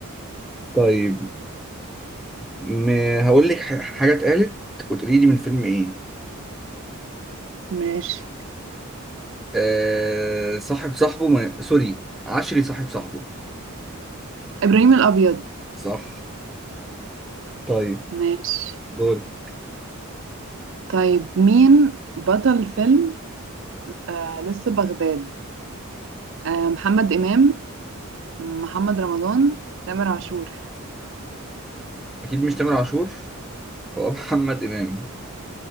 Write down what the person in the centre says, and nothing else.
طيب ما هقول لك ح- حاجه اتقالت وتقولي لي من فيلم ايه
أه صاحب صاحبه ما... سوري عشري صاحب صاحبه
صح طيب
دور
اكيد مش تامر عاشور هو <laughs> محمد امام